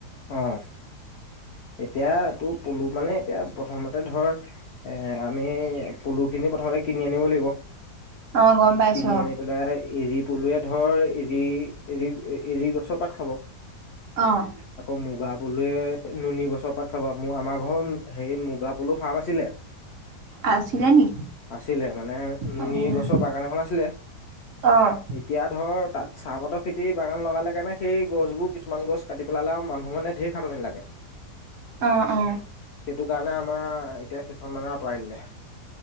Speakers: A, on the left; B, on the right.
A: অঁ এতিয়াতো পলু মানে এতিয়া প্ৰথমতে ধৰ আমি পলুখিনি প্ৰথমতে কিনি আনিব লাগিব।
B: অ', গম পাইছো
A: কিনি
B: অ',
A: আনি পেলাই এৰি পলোৱয়ে ধৰ এৰি এ এ এৰি গছৰ পাত খাব।
B: অ',
A: আকৌ মুগা- পলুৱে নুনি গছৰ পাত খাবা মোৰ আমাৰ ঘৰৰত হেৰি মুগা পলু ফাৰ্ম আছিলে।
B: আছিলে নি?
A: আছিলে মানে নুনী
B: অ',
A: গছৰ বাগান- আছিলে
B: অ',
A: এতিয়া ধৰ- ধৰ তাত চাহপাতৰ খেতি বাগান লগালে কাৰণে সেই গছবোৰ কিছুমান গছ কাটি পেলালে আৰু মানুহ মানে ধেৰ সাধনি লাগে।
B: আহঁ আহঁ।
A: মানে আমাৰ এতিয়া- এখন মানে আঁতৰাই দিলে